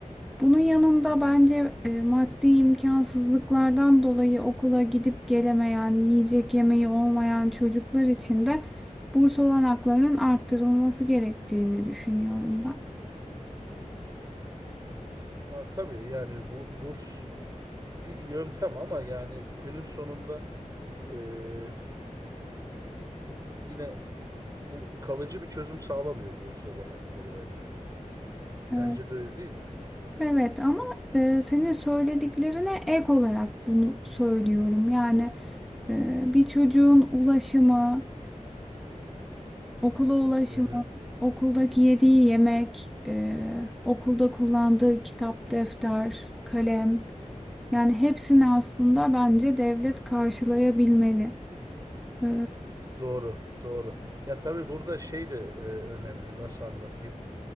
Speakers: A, in the centre; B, on the right.
A: Bunun yanında bence e, maddi imkansızlıklardan dolayı okula gidip gelemeyen, yiyecek yemeği olmayan çocuklar için de burs olanaklarının arttırılması gerektiğini düşünüyorum ben.
B: Aa, tabii yani bu burs bir yöntem ama yani günün sonunda e, yine bu kalıcı bir çözüm sağlamıyor burs olanakları bence. Sence
A: Evet
B: de öyle değil mi?
A: Evet, ama e, senin söylediklerine ek olarak bunu söylüyorum. Yani e, bir çocuğun ulaşımı, Okula ulaşımı,
B: Hı hı.
A: okuldaki yediği yemek, e, okulda kullandığı kitap, defter, kalem. Yani hepsini aslında bence devlet karşılayabilmeli. E,
B: Doğru, doğru. Ya tabii burada şey de e, önemli. Nasıl anlatayım?